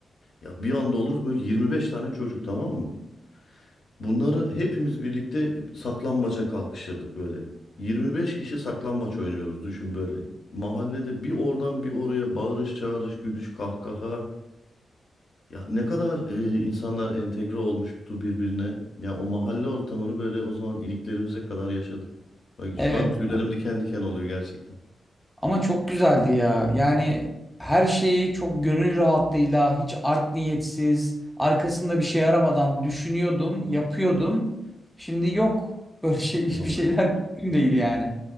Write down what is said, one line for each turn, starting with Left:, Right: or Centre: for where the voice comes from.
Left: Ya bir anda olur böyle 25 tane çocuk tamam mı? Bunları hepimiz birlikte saklambaca kalkışırdık böyle. 25 kişi saklambaç oynuyoruz düşün böyle. Mahallede bir oradan bir oraya bağırış çağırış, gülüş, kahkaha. Ya ne kadar e, insanlar entegre olmuştu birbirine. Ya o mahalle ortamını böyle o zaman iliklerimize kadar yaşadık. Bak
Centre: Evet.
Left: şu an tüylerim diken diken oluyor gerçekten.
Centre: Ama çok güzeldi ya. Yani her şeyi çok gönül rahatlığıyla, hiç art niyetsiz, arkasında bir şey aramadan düşünüyordum, yapıyordum. Şimdi yok. <laughs> Böyle şey,
Left: Vallahi.
Centre: hiçbir şeyler mümkün değil yani.